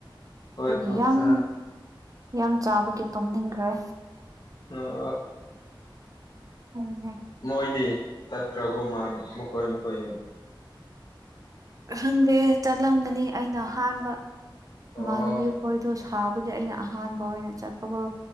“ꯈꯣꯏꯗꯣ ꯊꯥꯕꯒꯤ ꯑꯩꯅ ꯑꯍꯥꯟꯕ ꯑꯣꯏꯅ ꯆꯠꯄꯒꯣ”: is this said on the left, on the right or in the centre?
Right